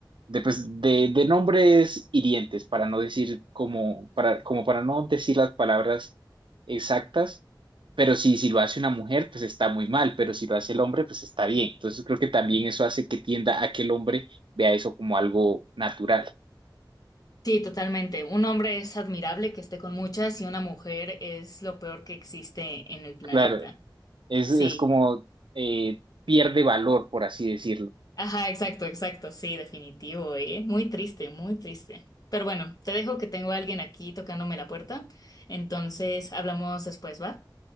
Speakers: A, on the right (about 80°); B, on the left (about 50°).
A: de, pues, de, de nombres hirientes, para no decir como para, como para no decir las palabras exactas, pero si, si lo hace una mujer, pues está muy mal, pero si lo hace el hombre, pues está bien. Entonces creo que también eso hace que tienda a que el hombre vea eso como algo natural.
B: Sí, totalmente. Un hombre es admirable que esté con muchas y una mujer es lo peor que existe en el planeta.
A: Claro, es,
B: Sí.
A: es como eh, pierde valor, por así decirlo.
B: Ajá, exacto, exacto. Sí, definitivo, ¿eh? Muy triste, muy triste. Pero bueno, te dejo que tengo a alguien aquí tocándome la puerta. Entonces, hablamos después, ¿va?